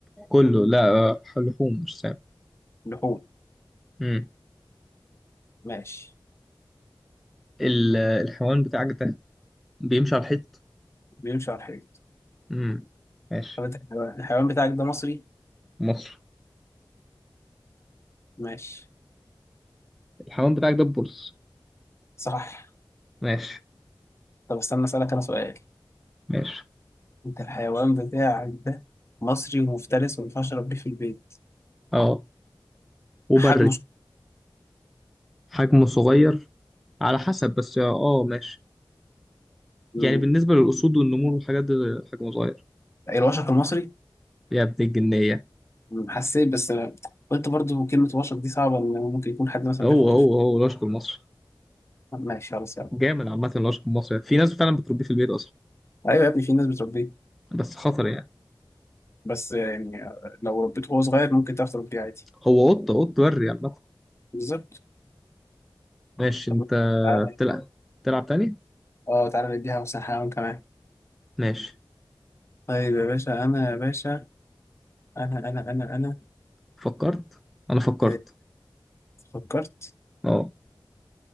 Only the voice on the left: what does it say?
لحوم
ماشي
بيمشي على الحيط
طب انت الحيوان الحيوان بتاعك ده مصري
ماشي
صح
طب استنى اسألك انا سؤال
انت الحيوان بتاعك ده مصري ومفترس وما ينفعش اربيه في البيت
حجمه ش-
مم.
الوشق المصري
مم. حسيت بس أنا قلت برضو كلمة وشق دي صعبة ان ممكن يكون حد مثلا
بيفكر
فيها.
ماشي خلاص يعني
ايوه يا ابني في ناس بتربيه
بس يعني لو ربيته وهو صغير ممكن تعرف تربيه عادي
بالظبط
طب
ما- تعالى
اه تعالى نديها مثلا حيوان كمان
طيب يا باشا انا يا باشا انا انا انا انا
آه، فكرت